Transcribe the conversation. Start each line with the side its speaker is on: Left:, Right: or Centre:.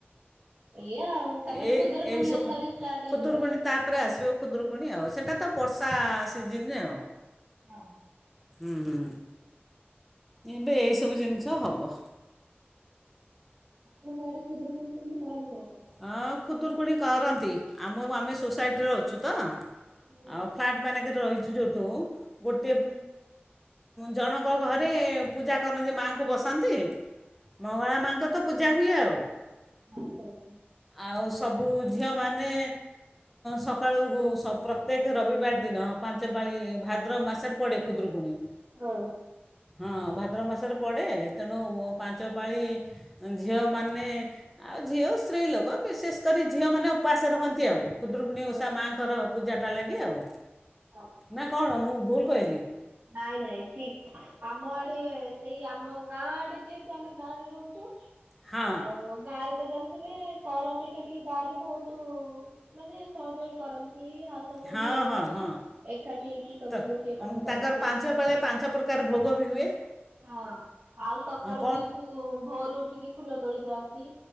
Right: ଏଇଆ ଆଉ ତାପରେ
Centre: ଏ
Right: ଖୁଦୁରୁକୁଣୀ
Centre: ଏଇସବୁ
Right: ଓଷା ବି ଷ୍ଟାର୍ଟ ହେଇଯିବ।
Centre: ଖୁଦୁରୁକୁଣୀ ତାପରେ ଆସିବ ଖୁଦୁରୁକୁଣୀ ଆଉ ସେଇଟା ତ। ବର୍ଷା ସିଜିନରେ ଆଉ।
Right: ହଁ।
Centre: ହୁଁ ହୁଁ। ଏବେ ଏଇ ସବୁ ଜିନିଷ ହବ।
Right: ଆପଣଙ୍କ ଆଡେ ଖୁଦୁରୁକୁୁଣୀ କେମିତି ପାଳନ କରନ୍ତି?
Centre: ହଁ ଖୁଦୁରୁକୁଣୀ କରନ୍ତି। ଆମେ ସୋସାଇଟିରେ ଅଛୁ ତ।
Right: ହୁଁ ହୁଁ।
Centre: ଆଉ ଫ୍ଲାଟମାନଙ୍କରେ ରହିଛୁ। <unintelligible> ଗୋଟେ ଜଣଙ୍କ ଘରେ ପୂଜା କରନ୍ତି। ମାଆଙ୍କୁ ବସାନ୍ତି। ମଙ୍ଗଳା ମାଙ୍କ ତ ପୂଜା ହୁଏ ଆଉ।
Right: ଆସ ଆଛା।
Centre: ଆଉ ସବୁ ଝିଅମାନେ ସକାଳୁ ପ୍ରତ୍ୟେକ ରବିବାର ଦିନ ପାଞ୍ଚପାଳି ଭାଦ୍ର ମାସରେ ପଡ଼େ ଖୁଦୁରୁକୁଣୀ।
Right: ହଉ।
Centre: ହଁ ଭାଦ୍ର ମାସରେ ପଡ଼େ। ତେଣୁ ପାଞ୍ଚପାଳି ଝିଅମାନେ ଆଉ ଝିଅ ସ୍ତ୍ରୀ ଲୋକ ବିଶେଷ କରି ଝିଅମାନେ ଉପାସ ରହନ୍ତି ଆଉ। କୁଦ୍ରୁକୁଣୀ ଓଷା
Right: ଓହୋ
Centre: ମାଙ୍କର। <unintelligible> ଲାଗେ ଆଉ।
Right: ଆଚ୍ଛା।
Centre: ନା କଣ ମୁଁ ଭୁଲ- ହୁଏନି।
Right: ନାଇଁ ନାଇଁ ଠିକ ଆମ ଆଡେ ସେଇ ଆ- ଆମ ଗାଁ ଆଡେ ଯେହେତୁ ଆମେ ଗାଁ ରେ ରହୁଛୁ।
Centre: ହଁ
Right: ଆଉ ଗାଁ ରେ - ମତେ ଜାଣିଥିବେ ସହର ଅପେକ୍ଷା ଟିକେ ଗାଁ ରେ ବହୁତ ମାନେ ସହଯୋଗ କରନ୍ତି। ଆଉ ସବୁ
Centre: ହଁ
Right: ଝିଅ ମାନେ
Centre: ହଁ
Right: ବି
Centre: ହଁ
Right: ଏକାଠି ହେଇକି ସବୁ
Centre: ତ
Right: ଗୋଟିଏ କାମ
Centre: ଉଁ,
Right: କରନ୍ତି।
Centre: ତାଙ୍କର ପାଞ୍ଚ ବେଳେ ପାଞ୍ଚ ପ୍ରକାର ଭୋଗ ବି ହୁଏ
Right: ହଁ ଆଉ ସକାଳୁ
Centre: ହଁ କ'ଣ
Right: ବି ଭୋରରୁ ଉଠିକି ଫୁଲ ତୋଳି ଯାଆନ୍ତି।